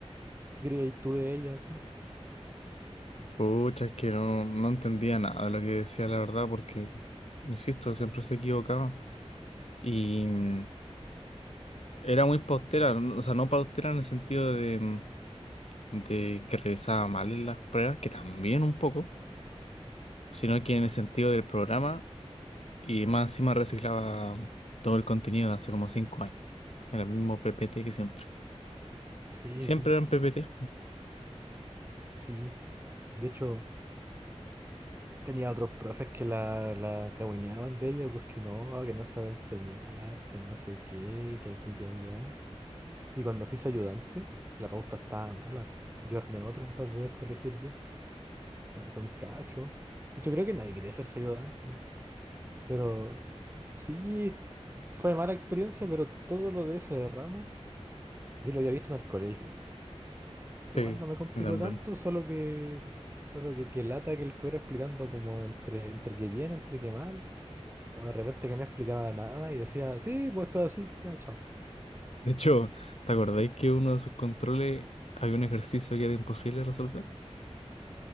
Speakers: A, on the right; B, on the left.
A: ¿Qué creías tú de ella? así?
B: Pucha, es que no, no entendía nada de lo que decía, la verdad, porque, insisto, siempre se equivocaba. Y mm, era muy paustera, no- o sea, no paustera en el sentido de... mm, de que revisaba mal en las pruebas, que también un poco, sino que en el sentido del programa y más encima reciclaba todo el contenido de hace como cinco años. Era el mismo PPT que siempre.
A: Sí,
B: Y siempre
A: sí,
B: eran PPT.
A: sí. De hecho, tenía otros profes que la, la cahuineaban de ella, pues que no, que no sabe enseñar, que no sé qué, que aquí, que allá. Y cuando fui su ayudante, la pauta estaba mala, po. Yo armé otra para poder corregir bien. Bueno, fue un cacho. De hecho, creo que nadie quería ser su ayudante. Pero sí, fue mala experiencia, pero todo lo de ese ramo yo lo había visto en el colegio. Entonces
B: Sí,
A: igual no me complicó
B: yo también.
A: tanto, solo que solo que, que lata que lo estuviera explicando como entre, entre que bien, entre que mal. O de repente que no explicaba nada y decía, sí, pues todo así, ya, chao.
B: De hecho, ¿te acordáis que uno de sus controles había un ejercicio que era imposible resolver?